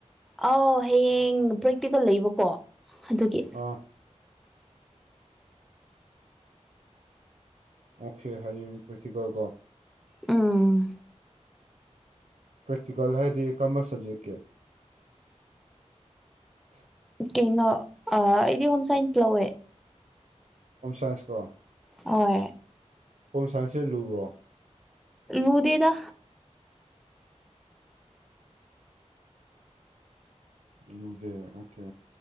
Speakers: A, in the centre; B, on the right (about 80°).
A: ꯑꯥꯎ ꯍꯌꯦꯡ ꯄ꯭ꯔꯦꯛꯇꯤꯀꯦꯜ ꯂꯩꯕꯀꯣ ꯑꯗꯨꯒꯤ
B: ꯑꯣ ꯑꯣꯀꯦ ꯍꯌꯦꯡ ꯄ꯭ꯔꯦꯛꯇꯤꯀꯦꯜꯀꯣ
A: ꯎꯝ
B: ꯄ꯭ꯔꯦꯛꯇꯤꯀꯦꯜ ꯍꯥꯏꯗꯤ ꯀꯔꯝꯕ ꯁꯕꯖꯦꯛꯀꯤ <unintelligible>
A: ꯀꯩꯅꯣ ꯑꯩꯗꯤ ꯍꯣꯝ ꯁꯥꯏꯟꯁ ꯂꯧꯋꯦ
B: ꯍꯣꯝ ꯁꯥꯏꯟꯁꯀꯣ
A: ꯑꯥꯏ
B: ꯍꯣꯝ ꯁꯥꯏꯟꯁꯁꯦ ꯂꯨꯕ꯭ꯔꯣ
A: ꯂꯨꯗꯦꯗ
B: ꯂꯨꯗꯦ ꯑꯣꯀꯦ